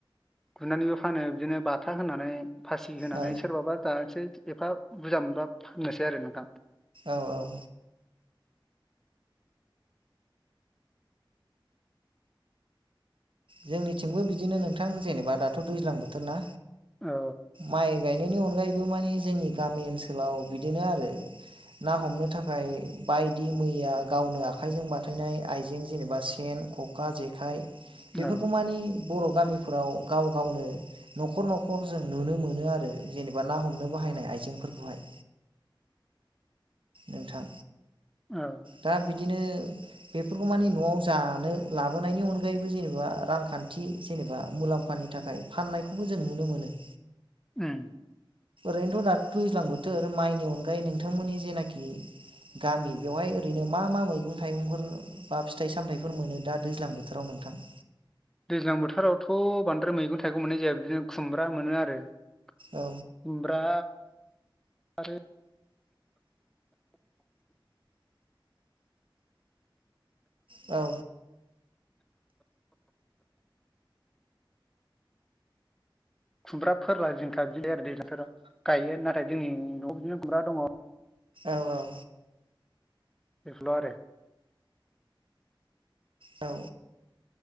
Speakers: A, in the centre; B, on the right.
A: गुरनानैबो फानो बिदिनो बाथा होनानै फासि होनानै
B: औ
A: सोरबाबा जानोसै एफा बुरजा मोनबा फाननोसै आरो नोंथां
B: औ औ जोंनिथिंबो बिदिनो नोंथां जेनेबा दाथ' दैज्लां बोथोर ना
A: औ
B: माइ गायनायनि अनगायै बो मानि जोंनि गामि ओनसोलाव बिदिनो आरो ना हमनो थाखाय बायदि मैया गावनो आखाइजों बाथायनाय आइजें जेनेबा सेन खखा जेखाइ बेफोरखौ
A: औ
B: मानि बर' गामिफोराव गाव गावनो नखर नखर जों नुनो मोनो आरो जेनेबा ना हमनो बाहायनाय आइजेंफोरखौहाय नोंथां
A: औ
B: दा बिदिनो बेफोरखौ मानि न'आव जानो लाबोनायनि अनगायैबो जेनेबा रांखान्थि जेनेबा मुलाम्फा नि थाखाय फाननायखौबो जों नुनो मोनो
A: उम
B: ओरैनोथ' दाथ' दुइज्लां बोथोर माइनि अनगायै नोंथांमोननि जेनाखि गामि बेवहाय ओरैनो मा मा मैगं थाइगंफोर बा फिथाइ सामथायफोर मोनो दा दैज्लां बोथोराव नों <unintelligible>
A: दैज्लां बोथोरावथ' बांद्राय मैगं थाइगं मोननाय जाया बिदिनो खुमब्रा मोनो आरो खुमब्रा
B: औ
A: आरो
B: औ
A: खुमब्रा फोरला जिंखा बिलायो आरो दैज्लां बोथोराव गायो नाथाय जोंनि न'आव बिदिनो खुमब्रा दङ
B: औ औ
A: बेफोरल' आरो
B: औ